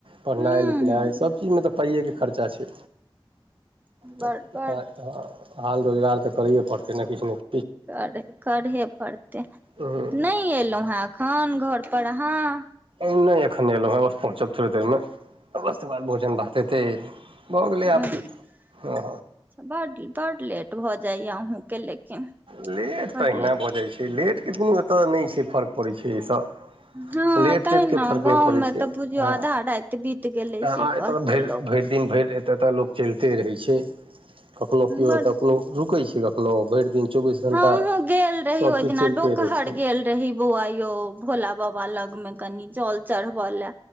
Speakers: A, on the right; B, on the right.
A: पढ़नाइ
B: हूं
A: लिखनाइ
B: हूं
A: सभचीजमे तऽ पाइएकें खर्चा छै तऽ
B: बड बड
A: काज हँ हाल रोजगार तऽ करैए पड़तै ने किछु नहि
B: कर करहे पड़तै
A: ह
B: नहि एलहुँ हेँ एखन घर पढ़हाँ <unintelligible>
A: नहि एखन एलहुँ हँ बस पहुँचब थोड़े देर मेस बाद भोजन भात हेतै भऽ गेलै
B: आ
A: आबकी ह
B: अच्छा बड्ड बड्ड लेट भऽ जाइए अहुँके लेकिन
A: लेट
B: बड
A: तऽ अहिना
B: लेट
A: भऽ जाइत छै लेटके कोनो एतय नहि छै फर्क पड़ैत छै एहिसँ
B: हू हँ
A: लेट
B: ते
A: तेटके
B: ने
A: फर्क
B: गाँव
A: नहि पड़ै
B: में
A: छै
B: तऽ बुझियौ
A: हँ
B: आधा राति बीत गेलै
A: अहाँ
B: से कहते
A: एतय तऽ भरि
B: लोक
A: भरि दिन भरि एतऽतऽ लोक चलिते रहै छै कखनो केओ
B: बड
A: एतऽ कखनो रुकै छै कखनो भरि दिन चौबीस घण्टा
B: हमहुँ गेल रही
A: सभचीज
B: ओहि दिना
A: चलिते
B: डोकहर
A: रहै छै
B: गेल रही बौआ यौ भोला बाबा हा लग में कनि जल चढ़ब ले